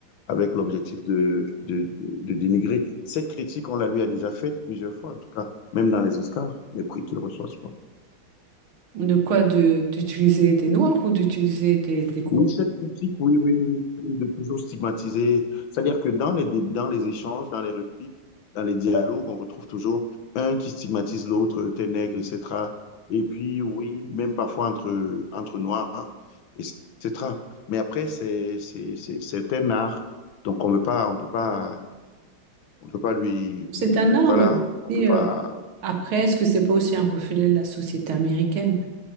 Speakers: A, on the left (about 70°); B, on the right (about 85°).
A: avec l'objectif de, de, de, de dénigrer. Cette critique, on la lui a déjà faite plusieurs fois, en tout cas, même dans les Oscars, les prix qu'il reçoit souvent.
B: de quoi de- d'utiliser des noirs ou d'utiliser des, des groupes,
A: Oui, cette critique, oui, oui, oui, oui de toujours stigmatiser. C'est-à-dire que dans les, dans les échanges, dans les répliques, dans les dialogues, on retrouve toujours un qui stigmatise l'autre, euh, t'es nègre, etc. Et puis, oui, même parfois entre, entre noirs, etc. Mais après, c'est un art. Donc, on ne peut pas On ne peut pas lui,
B: c'est un art.
A: voilà,
B: Mais aussi,
A: on ne peut pas.
B: euh, après, est-ce que c'est pas aussi un reflet de la société américaine?